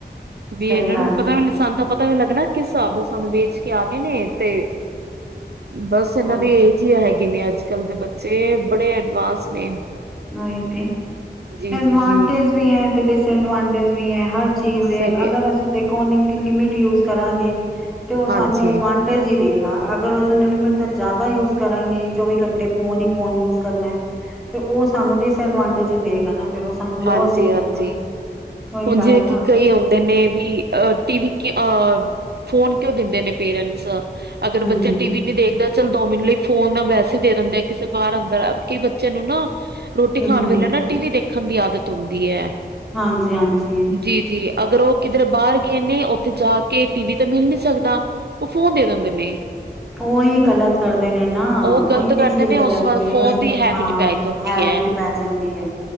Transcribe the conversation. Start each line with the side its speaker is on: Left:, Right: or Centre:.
Right: ਵੀ
Centre: ਸਹੀ
Right: ਇਹਨਾਂ
Centre: ਗੱਲ
Right: ਨੂੰ ਪਤਾ
Centre: ਹੈ
Right: ਮੈੂੰ- ਸਾਨੂੰ ਤਾਂ ਪਤਾ ਵੀ ਲੱਗਣਾ ਕਿਸ ਹਿਸਾਬ ਦਾ ਸਾਨੂੰ ਵੇਚ ਕੇ ਆ ਗਏ ਨੇ, ਤੇ ਬਸ। ਉਹਨਾਂ
Centre: ਹੋਰ
Right: ਦੀ ਏਜੀ ਹੈਗੀ ਨੇ ਅੱਜ ਕੱਲ ਦੇ ਬੱਚੇ ਬੜੇ ਐਡਵਾਂਸ ਨੇ।
Centre: ਨਹੀ ਤੇ।
Right: ਜੀ
Centre: ਐਡਵਾਂਟੇਜ
Right: ਜੀ ਜੀ
Centre: ਵੀ ਹੈ ਤੇ, ਡਿਸਐਡਵਾਂਟੇਜ ਵੀ ਹੈ, ਹਰ ਚੀਜ਼
Right: ਸਹੀ
Centre: ਦੇ ਅਗਰ
Right: ਹੈ
Centre: ਅਸੀਂ ਦੇ- ਕੀ ਲਿਮਿਟ ਯੂਜ ਕਰਾਂਗੇ ਤੇ ਉਹ
Right: ਹਾਂਜੀ
Centre: ਸਾਨੂੰ ਐਡ ਵਾਨ - ਟੇਜ ਹੀ ਦੇਗਾ ਅਗਰ ਉਸ ਲਿਮਿਟ ਤਾਂ ਜ਼ਿਆਦਾ ਯੂਜ ਕਰਾਂਂਗੇ ਚੌਵੀ ਘੰਟੇ ਫੋਨ ਹੀ ਫੋਨ ਯੂਜ ਕਰਨਾ ਹੈ, ਤੇ ਤੇ ਉਹ ਸਾਨੂੰ ਦਿਸ ਐਡਵਾਂਟੇਜ ਹੀ ਦੇਗਾ ਫੇਰ ਸਾਨੂੰ ਲੋਸ
Right: ਹਾਂਜੀ
Centre: ਹੀ
Right: ਹਾਂਜੀ।
Centre: ਦੇਗਾ। ਉਹੀ
Right: ਹੁਣ
Centre: ਗੱਲ
Right: ਜਿਵੇਂ
Centre: ਹੈ ਨਾ
Right: ਕਿ ਕਰਿਏ ਹੁਣ। ਨੇ ਵੀ ਅਹ ਟੀਵ ਅ ਫੋਨ ਕਿਉਂ ਦਿੰਦੇ ਨੇ ਪੇਰੈਂਟਸ। ਅਗਰ
Centre: ਹਮ
Right: ਬੱਚਾ
Centre: ਹਮ
Right: ਟੀ ਵੀ ਨੀ ਦੇਖਦਾ, ਦੋ ਮਿੰਟ ਲਈ ਫੋਨ ਨਾ ਵੈਸੇ ਦੇ ਦਿੰਦੇ ਕਿਸੇ ਬਾਹਰ ਅੰਦਰ ਕਈ ਬੱਚੇ ਨੂੰ ਨਾ ਰੋਟੀ
Centre: ਹਮ
Right: ਖਾਣ
Centre: ਹਮ
Right: ਵੇਲੇ ਨਾ ਟੀਵੀ ਦੇਖਣ ਦੀ ਆਦਤ ਹੁੰਦੀ ਹੈ।
Centre: ਹਾਂਜੀ- ਹਾਂਜੀ।
Right: ਜੀ- ਜੀ ਅਗਰ ਉਹ ਕਿਧਰੇ ਬਾਹਰ ਗਏ ਨੇ ਉੱਥੇ ਜਾ ਕੇ ਟੀ ਵੀ ਤੇ ਮਿਲ ਨੀ ਸਕਦਾ। ਤੇ ਫੋਨ ਦੇ ਦਿਦੇ ਨੇ।
Centre: ਉਹੀ ਗਲਤ ਕਰਦੇ ਨੇ ਨਾ,
Right: ਉਹ
Centre: ਉਹੀ
Right: ਗ਼ਲਤ
Centre: ਤੇ
Right: ਕਰਦੇ
Centre: ਚੀਜ਼
Right: ਨੇ
Centre: ਗਲਤ
Right: ਉਸ ਤੋਂ ਬਾਅਦ
Centre: ਉਹੀ
Right: ਫੋਨ ਦੀ
Centre: ਤੇ
Right: ਹੈਬਿਟ
Centre: ਹਾਂ,
Right: ਪੈ ਜਾਂਦੀ
Centre: ਹੈਬਿਟ।
Right: ਹੈ।
Centre: ਆ ਜਾਂਦੀ ਐ।